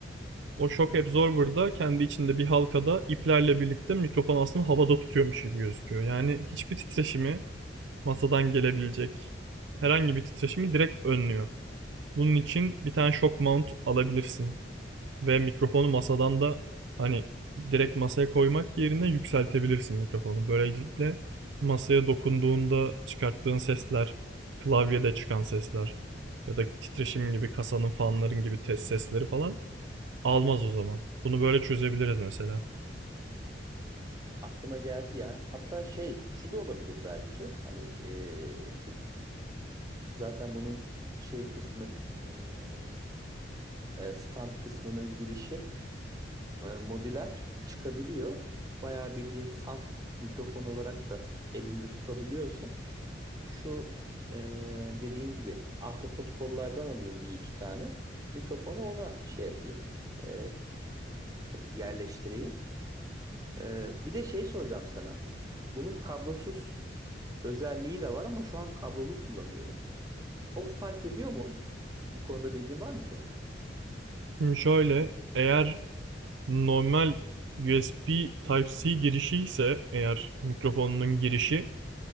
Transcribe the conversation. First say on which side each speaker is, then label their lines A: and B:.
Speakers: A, on the right (about 75°); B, on the right (about 20°).
A: O shock absorber da kendi içinde bir halkada iplerle birlikte mikrofon aslında havada tutuyormuş gibi gözüküyor. Yani hiçbir titreşimi masadan gelebilecek herhangi bir titreşimi direkt önlüyor. Bunun için bir tane shock mount alabilirsin. Ve mikrofonu masadan da hani direkt masaya koymak yerine yükseltebilirsin mikrofonu. Böylelikle masaya dokunduğunda çıkarttığın sesler, klavyede çıkan sesler ya da titreşim gibi kasanın fanların gibi test sesleri falan almaz o zaman. Bunu böyle çözebiliriz mesela.
B: Aklıma geldi ya. Hatta şey şu da olabilir belki. Hani e, bu, zaten bunun şey kısmı hmm, e, stand kısmının girişi e, modüler çıkabiliyor. Bayağı bildiğin salt mikrofon olarak da elinde tutabiliyorsun. Şu e, dediğin gibi ahtapot kollardan alayım bir iki tane. Mikrofonu ona şey yapayım, e, yerleştireyim. E, bir de şey soracağım sana. Bunun kablosuz özelliği de var ama şu an kablolu kullanıyorum. O fark ediyor mu? Bu konuda bilgin var mı senin?
A: Şimdi şöyle eğer normal USB Type-C girişi ise eğer mikrofonunun girişi